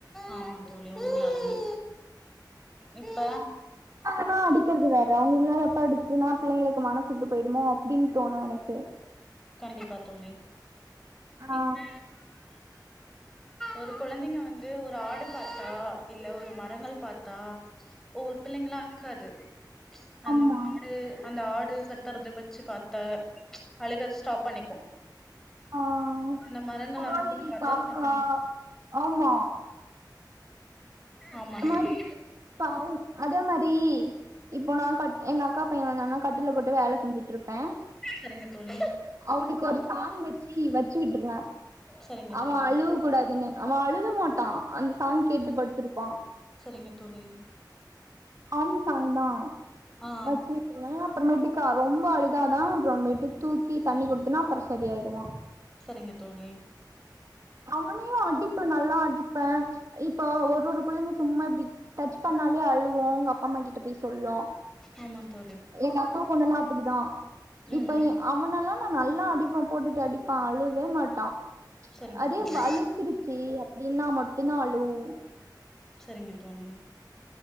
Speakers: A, in the centre; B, on the right (about 45°).
A: ஆமா தோழி உண்மையாலுமே இப்ப
B: ன்னா அடிக்கிறது வேற அவங்க இல்லாத அப்ப அடிச்சுன்னா பிள்ளங்களுக்கு மனசுட்டு போயிருமோ அப்படின்னு தோணு எனக்கு
A: கண்டிப்பா தோழி
B: ஆ
A: இப்ப ஒரு கொழந்தைங்க வந்து ஒரு ஆடு பாத்தா இல்ல ஒரு மரங்கள் பார்த்தா ஒவ்வொரு பிள்ளைங்கள்லா அழுகாது அந்த
B: ஆமா
A: மாடு அந்த ஆடு கத்துறது பச்சு பாத்தா அழுக ஸ்டாப் பண்ணிக்கு
B: ஆஹ்
A: அந்த மரங்கள்
B: கோழி
A: அழுது பாத்தா
B: காக்கா
A: ஸ்டாப் பண்ணிக்கு
B: ஆமா
A: ஆமா
B: அந்த
A: தோழி
B: மாரி பாரண்ட்ஸ் அதே மாரி இப்போ நா கட் எங்க அக்கா பைய வந்தான்னா கட்டில்ல போட்டு வேல செஞ்சுட்டு இருப்பே
A: சரிங்க தோழி
B: அவ்னுக்கொரு சாண் வெச் சி வெச்சு விட்டுர்லா
A: சரிங்க
B: ஆமா
A: தோழி
B: அழுவு கூடாதுன்னு அவெ அழுக மாட்டா அந்த சாங் கேட்டு படுத்துருப்பா
A: செரிங்க தோழி
B: அம் சாங்லா
A: ஆ
B: வெச்சு விட்ருவே அப்புறோமேட்டிக் கா ரொம்ப அழுதாதா அப்புறோமேட்டுக் தூக்கி தண்ணி குடுத்துன்னா அப்புறோ சரி ஆய்ருவா
A: செரிங்க தோழி
B: அவனையு அடிப்பே நல்லா அடிப்பே இப்போ ஒரு ஒரு புள்ளைங்க சும்மா இப்டி டச் பண்ணாலே அழுவு உங்க அப்பா அம்மா கிட்ட பேஸ் சொல்ல
A: ஆமா தோழி
B: எங்க அக்கா பொண்ணல்லா அப் அப்புடிதா
A: ம்
B: இப்ப
A: ம்
B: எ அவனலா நா நல்லா அடிப்ப போட்டுட்டு அடிப்ப அழுவே மாட்டா
A: சரிங்க
B: அதே
A: தோழி
B: வளிச்சுருச்சி அப்டினா மட் டும் தா அலுவ்வா
A: செரிங்க தோழி